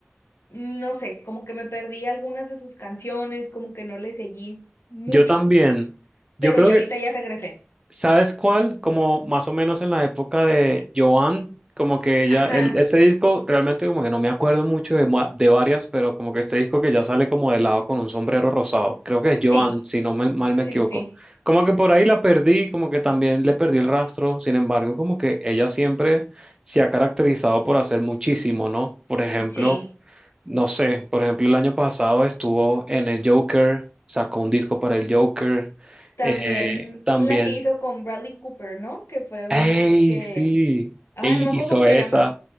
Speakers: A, on the left; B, on the right.
A: no sé, como que me perdí algunas de sus canciones, como que no le seguí mucho,
B: Yo también, yo
A: pero
B: creo
A: ya
B: que
A: ahorita ya regresé.
B: ¿Sabes cuál? Como más o menos en la época de Joan, como que ella,
A: Ajá,
B: el, ese disco realmente como que no me acuerdo mucho de, ma- de varias, pero como que este disco que ya sale como de lado con un sombrero rosado, creo que es Joan,
A: sí,
B: si no me- mal me
A: sí,
B: equivoco.
A: sí, sí,
B: Como que por ahí la perdí, como que también le perdí el rastro, sin embargo, como que ella siempre se ha caracterizado por hacer muchísimo, ¿no? Por ejemplo,
A: sí.
B: no sé, por ejemplo, el año pasado estuvo en el Joker, sacó un disco para el Joker,
A: También
B: eh, también.
A: la que hizo con Bradley Cooper, ¿no? Que fue
B: ¡Ey,
A: una que...
B: sí!
A: Ay,
B: Ey,
A: no me
B: hizo
A: acuerdo cómo se
B: esa.
A: llama.